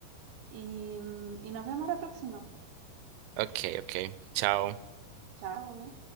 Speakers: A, on the right; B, on the right.
A: y, mm, y nos vemos la próxima. pues.
B: Ok, ok. Chao.
A: Chao.